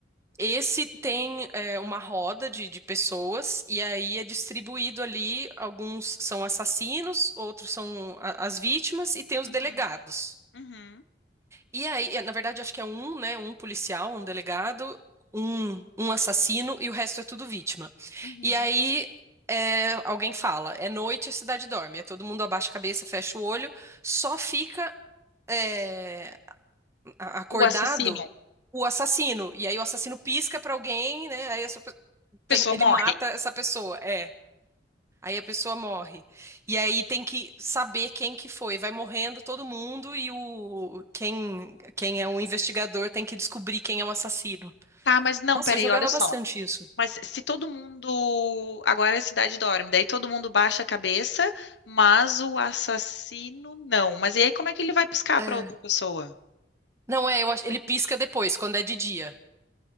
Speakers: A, on the right; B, on the left.
A: Esse tem é, uma roda de, de pessoas, e aí é distribuído ali. Alguns são assassinos, outros são a- as vítimas, e tem os
B: Uhum,
A: delegados.
B: uhum,
A: E aí, é, na verdade, acho que é um, né? Um policial, um delegado, um, um assassino, e o resto é tudo vítima.
B: uhum.
A: E aí. é, alguém fala, é noite, a cidade dorme. É todo mundo abaixa a cabeça, fecha o olho, só fica é, a- acordado
B: O assassino. A
A: o assassino. E aí o assassino pisca pra alguém, né? Aí
B: pessoa
A: tem- ele
B: morre.
A: mata essa pessoa, é. Aí a pessoa morre. E aí tem que saber quem que foi. Vai morrendo todo mundo e o quem quem é o investigador tem que descobrir quem é o assassino.
B: Tá, mas não,
A: Nossa,
B: peraí,
A: eu jogava
B: olha só.
A: bastante isso.
B: Mas se todo mundo. Agora a cidade dorme, daí todo mundo baixa a cabeça, mas o assassino não. Mas e aí como é que ele vai piscar
A: É.
B: para outra pessoa?
A: Não é, eu acho, ele pisca depois, quando é de dia.